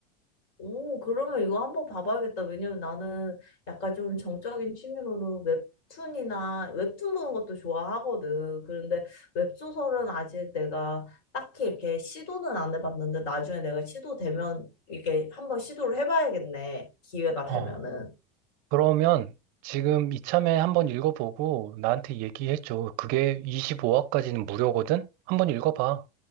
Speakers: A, on the left; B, on the right.
A: 오, 그러면 이거 한번 봐봐야겠다. 왜냐면 나는 약간 좀 정적인 취미로는 웹툰이나 웹툰 보는 것도 좋아하거든. 그런데 웹소설은 아직 내가 딱히 이렇게 시도는 안 해봤는데 나중에 내가 시도되면 이게 한번 시도를 해봐야겠네. 기회가 되면은.
B: 어 그러면 지금 이참에 한번 읽어보고 나한테 얘기해줘. 그게 25화까지는 무료거든? 한번 읽어봐.